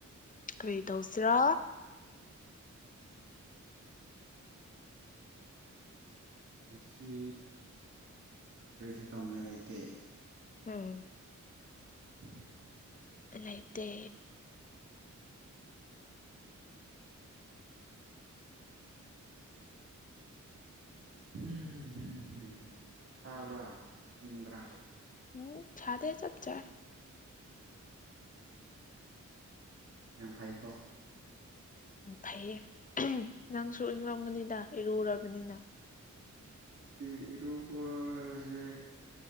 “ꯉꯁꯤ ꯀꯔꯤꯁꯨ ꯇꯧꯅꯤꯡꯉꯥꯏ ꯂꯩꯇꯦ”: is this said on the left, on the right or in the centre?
Right